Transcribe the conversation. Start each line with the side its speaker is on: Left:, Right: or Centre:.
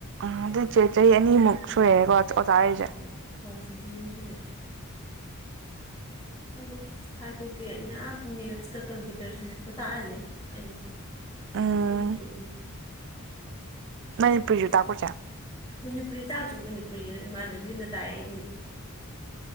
Right: ꯑ ꯑꯗꯨꯆꯦ ꯆꯍꯤ ꯑꯅꯤꯃꯨꯛ ꯁꯨꯔꯦꯑꯦꯀꯣ ꯑꯣꯖꯥ ꯍꯥꯏꯁꯦ
Left: ꯑꯣ ꯍꯣꯏ ꯆꯍꯤꯅꯤ ꯁꯨꯔꯦ ꯑꯗꯨ ꯀ꯭ꯂꯥꯁ ꯐꯥꯏꯚ ꯐꯥꯎꯒꯤ ꯑꯩꯅ ꯃꯦꯠꯁꯀ ꯀꯝꯄ꯭ꯌꯨꯇꯔ ꯁꯥꯏꯟꯁꯀ ꯇꯥꯛꯍꯜꯂꯦ ꯑꯩꯅ
Right: ꯎꯝ
Left: ꯃꯅꯤꯄꯨꯔꯔꯤꯗ
Right: ꯃꯥꯅꯤꯄꯨꯔꯤꯁꯨ ꯇꯛꯄꯔꯥ ꯆꯦ
Left: ꯃꯅꯤꯄꯨꯔꯤ ꯇꯥꯛꯇꯦ ꯃꯅꯤꯄꯨꯔꯤꯅ ꯏꯃꯥꯟꯅꯕꯤ ꯑꯃꯅ ꯇꯥꯛꯑꯦ ꯑꯩꯗꯤ